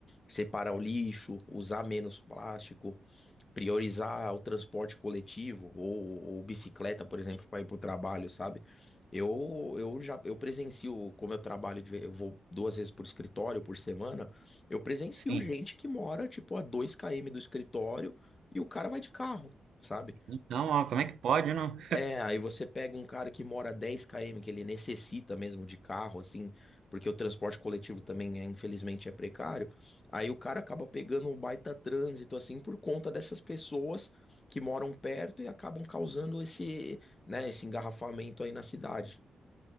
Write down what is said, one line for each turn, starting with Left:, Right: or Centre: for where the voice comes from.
Left: separar o lixo, usar menos plástico, priorizar o transporte coletivo ou, ou bicicleta, por exemplo, para ir para o trabalho, sabe? Eu, eu já eu presencio, como eu trabalho, de- eu vou duas vezes por escritório por semana, eu presencio
Right: Sim.
Left: gente que mora, tipo, a dois km do escritório e o cara vai de carro. sabe
Right: Então, ó, como é que pode, não?
Left: é, aí você pega um cara que mora dez km, que ele necessita mesmo de carro, assim, porque o transporte coletivo também, é, infelizmente, é precário. Aí o cara acaba pegando um baita trânsito, assim, por conta dessas pessoas que moram perto e acabam causando esse, né, esse engarrafamento aí na cidade.